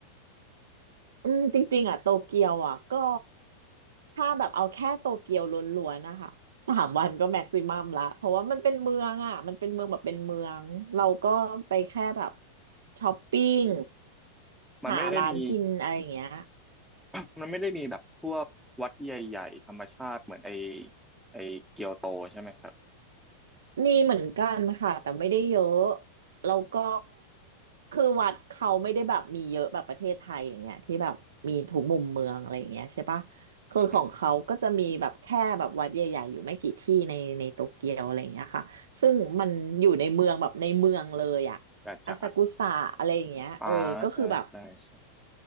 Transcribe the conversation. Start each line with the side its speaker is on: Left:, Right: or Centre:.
Right: อืมจริงๆอ่ะโตเกียวอ่ะก็ถ้าแบบเอาแค่โตเกียวล้วนๆนะคะสามวันก็แม็กซิมัมละเพราะว่ามันเป็นเมืองอ่ะมันเป็นเมืองแบบเป็นเมืองเราก็ไปแค่แบบช้อปปิ้ง
Centre: มันไม่ได้มี
Right: หาร้านกินอะไรอย่างเงี้ย
Centre: <coughs> มันไม่ได้มีแบบพวกวัดใหญ่ๆธรรมชาติเหมือนไอไอเกียวโตใช่ไหมครับ
Right: มีเหมือนกันค่ะแต่ไม่ได้เยอะแล้วก็คือวัดเขาไม่ได้แบบมีเยอะแบบประเทศไทยอย่างเงี้ยที่แบบมีทุกมุมเมืองอะไรอย่างเงี้ยใช่ปะคือของเขาก็จะมีแบบแค่แบบวัดใหญ่ๆอยู่ไม่กี่ที่ในในโตเกียวอะไรอย่างเงี้ยค่ะซึ่งมันอยู่ในเมืองแบบในเมืองเลยอะ
Centre: อืมแต่จ๋า
Right: อาซากุสะอะไรอย่างเงี้ยเออก็คือแบบ
Centre: อ่าใช่ใช่ใช่